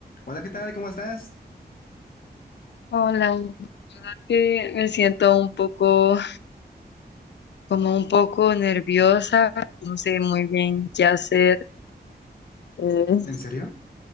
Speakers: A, on the left; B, on the left.
A: Hola, ¿qué tal? ¿Cómo estás?
B: Hola, que me siento un poco, como un poco nerviosa, no sé muy bien qué hacer. Eh,
A: ¿En serio?